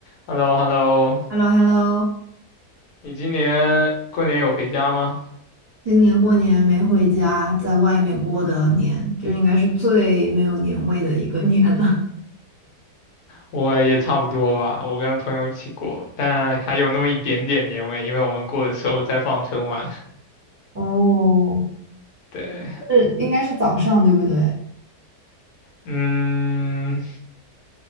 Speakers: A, on the left; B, on the right.
A: h e l l o h e l l o
B: h e l l o h e l l o
A: 你今年过年有回家吗？
B: 今年过年没回家，在外面过的年，就应该是最没有年味的一个年了。
A: 我也差不多吧，我跟朋友一起过，但还有那么一点点年味，因为我们过的时候在放春晚。
B: <laughs> 哦，
A: <laughs> 对，
B: 是，应该是早上，对不对？
A: 嗯，